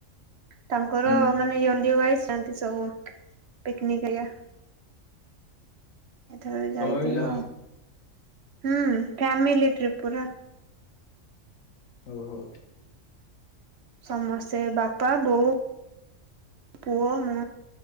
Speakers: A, on the right; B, on the left.
A: ତାଙ୍କର
B: ହୁଁ
A: ମାନେ ୟଲ୍ଲୀ ୱାଇଜ୍ ଛନ୍ତି ସବୁ ପିକନିକ୍ କରିଆ। ଏଥର ବି ଯାଇଥିଲୁ
B: ତମେ ଯାଅ
A: ଆଉ। ହୁଁ ଫ୍ୟାମିଲ ଟ୍ରିପ ପୁରା।
B: ଓ ହୋ।
A: ସମସ୍ତେ ବାପା ବୋଉ ପୁଅ ମୁଁ